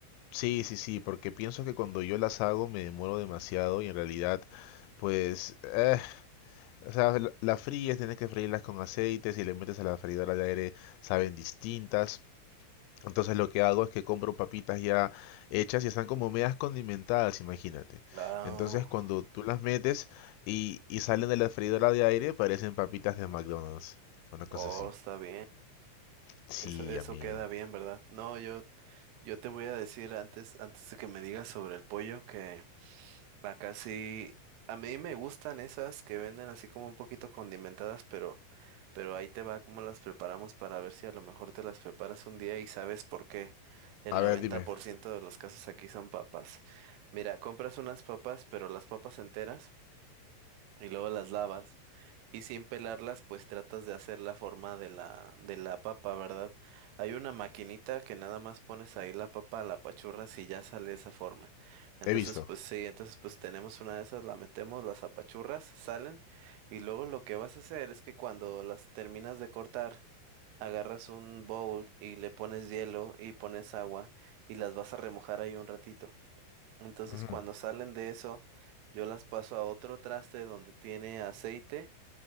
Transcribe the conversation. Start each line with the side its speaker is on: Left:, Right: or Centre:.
Left: Sí, sí, sí, porque pienso que cuando yo las hago me demoro demasiado y en realidad, pues, eh, o sea, la- las fríes, tienes que freírlas con aceites y le metes a la freidora de aire, saben distintas. Entonces lo que hago es que compro papitas ya hechas y están como medias condimentadas, imagínate.
Right: Ah,
Left: Entonces cuando tú las metes y, y salen de la freidora de aire, parecen papitas de McDonald's. Una cosa
Right: oh,
Left: así.
Right: está bien.
Left: Sí,
Right: Eso, eso
Left: amigo.
Right: queda bien, ¿verdad? No, yo, yo te voy a decir antes, antes de que me digas sobre el pollo que Acá sí, a mí me gustan esas que venden así como un poquito condimentadas, pero, pero ahí te va cómo las preparamos para ver si a lo mejor te las preparas un día y sabes por qué. El
Left: A
Right: noventa
Left: ver, dime.
Right: por ciento de los casos aquí son papas. Mira, compras unas papas, pero las papas enteras y luego las lavas. Y sin pelarlas, pues tratas de hacer la forma de la, de la papa, ¿verdad? Hay una maquinita que nada más pones ahí la papa, la apachurras y ya sale esa forma. Entonces,
Left: He visto.
Right: pues sí, entonces pues tenemos una de esas, la metemos, las apachurras, salen. Y luego lo que vas a hacer es que cuando las terminas de cortar, agarras un bowl y le pones hielo y pones agua y las vas a remojar ahí un ratito. Entonces,
Left: Ujú.
Right: cuando salen de eso, yo las paso a otro traste donde tiene aceite